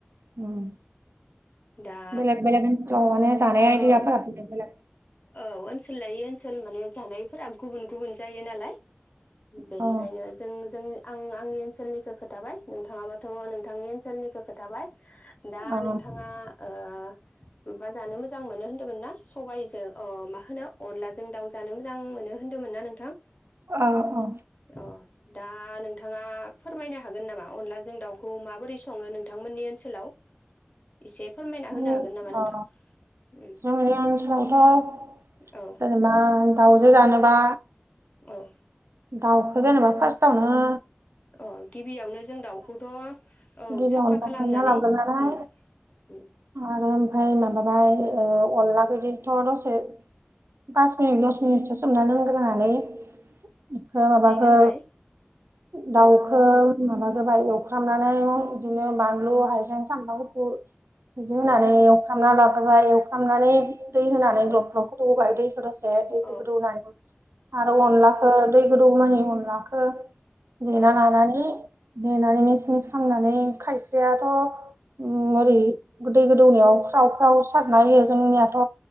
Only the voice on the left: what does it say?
दा
औ
औ ओनसोल लायै ओनसोल माने जानायफोरा गुबुन गुबुन जायो नालाय बेनिखायनो
जों जों आं आंनि ओनसोलनिखौ खोथाबाय नोंथाङाबाथ' नोंथांनि ओनसोलनिखौ खोथाबाय दा
नोंथाङा ओ माबा जानो मोजां मोजां मोनो होनदों ना सबाय जों अ मा होनो अलाजों दाउजों जानो मोजां मोनो होनदोंमोनना नोंथां
अ दा नोंथाङा फोरमायनो हागोन नामा अनलाजों दाउखौ माबोरै सङो नोंथांमोननि ओनसोलाव?
एसे फोरमायना
होनो हागोन नामा नोंथां उम
औ
औ
अ गिबियावनो जों दाउखौथ' औ
साफा
खालामनानै
उम
दै दोनबाय
औ अ
औ
औ
औ
औ
औ